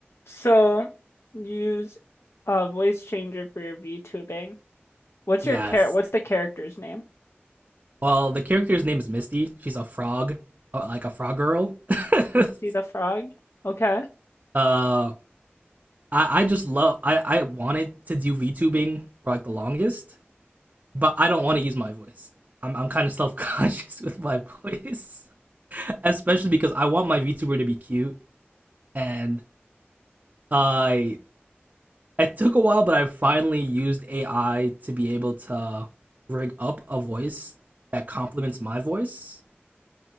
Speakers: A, on the left (about 80°); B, on the right (about 40°).
A: So use a voice changer for your VTubing. What's
B: Yes.
A: your char what's the character's name?
B: Well, the character's name is Misty. She's a frog, uh, like a frog girl. <laughs>
A: Misty the Frog? Okay.
B: uh, I, I just love. I I wanted to do VTubing for like the longest, but I don't want to use my voice. I'm I'm kind of self conscious <laughs> with my voice, <laughs> especially because I want my VTuber to be cute, and I uh, it took a while, but I finally used AI to be able to rig up a voice that complements my voice